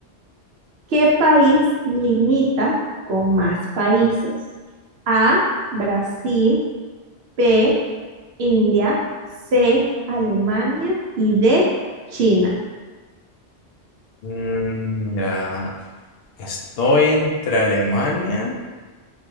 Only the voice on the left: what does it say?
Mm, Mira, estoy entre Alemania,